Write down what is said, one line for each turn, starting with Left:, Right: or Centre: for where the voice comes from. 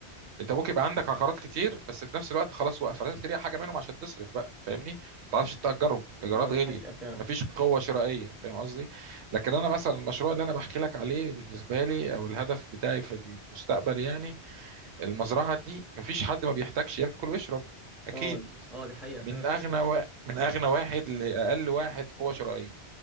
Right: انت ممكن يبقى عندك عقارات كتير بس في نفس الوقت خلاص واقفه لازم تبيع حاجه منهم عشان تصرف بقى فاهمني ما تعرفش تاجرهم الايجارات
Centre: اه دي
Right: غليت
Centre: حقيقة فعلا
Right: مفيش قوه شرائيه فاهم قصدي لكن انا مثلا المشروع اللي انا بحكي لك عليه بالنسبه لي او الهدف بتاعي في المستقبل يعني المزرعه دي مفيش حد ما بيحتاجش ياكل ويشرب اكيد
Centre: اه اه دي حقيقة
Right: من
Centre: فعلا
Right: اغنى و... من اغنى واحد لاقل واحد قوه شرائيه